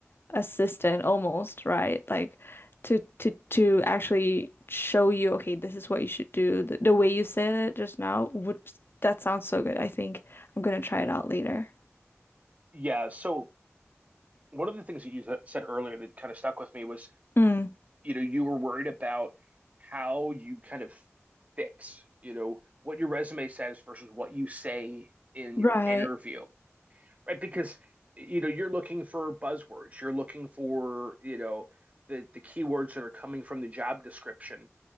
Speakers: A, on the left; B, on the right.
A: assistant almost, right? Like to to to actually show you, okay, this is what you should do. The, the way you said it just now would that sounds so good. I think I'm gonna try it out later.
B: Yeah. So one of the things that you said earlier that kind of stuck with me was,
A: Mm,
B: you know, you were worried about how you kind of fix, you know, what your resume says versus what you say in
A: right.
B: your interview. right? Because you know you're looking for buzzwords, you're looking for you know the the keywords that are coming from the job description,